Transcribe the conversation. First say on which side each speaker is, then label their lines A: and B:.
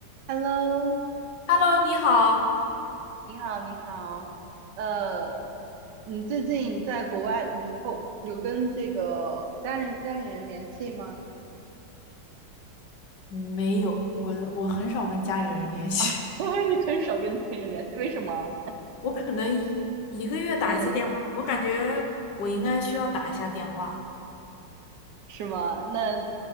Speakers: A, on the right; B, on the left.
A: Hello，
B: Hello，你好。
A: 你好，你好，呃，你最近在国外，你有过有跟这个家人家里人联系吗？
B: 没有，我我很少跟家里人联系。
A: <laughs> 我说你很少跟家里人联系，为什么？
B: <laughs> 我可能一一个月打一次电话，
A: 嗯，
B: 我感觉我应该需要打一下电话。
A: 是吗？那